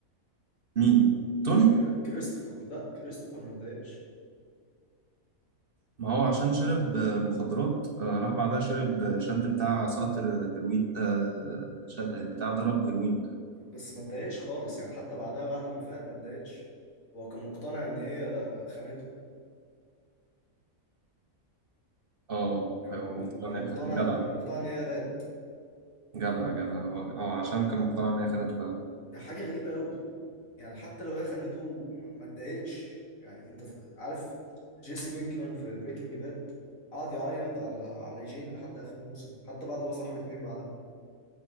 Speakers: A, on the right (about 45°); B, on the left (about 75°).
A: مين توني
B: آه، كري- كريستوفر لا كريستوفر ما اتضايقش
A: ما هو عشان شرب آه، مخدرات آه، راح بعدها شرب آه، شد بتاع ساطر هيروين آه، ش- بتاع ضرب هيروين
B: بس ما اتضايقش خالص يعني حتى بعدها بعد ما فاق ما اتضايقش هو كان مقتنع ان هي خانته
A: اه
B: كان
A: هو مقتنع
B: كان كان
A: ان
B: مقتنع
A: هي خ- جدع
B: كان مقتنع ان هي رات
A: جدع جدع هو هو عشان كان مقتنع ان هي خانته فعلا
B: ده حاجه غريبه قوي يعني حتى لو هي خانته ما ما اتضايقش يعني انت ف- عارف جيسي بينكمان في بريكنج باد قعد يعيط على على جين لحد اخر الموسم حتى بعد ما صاحب اتنين بعدها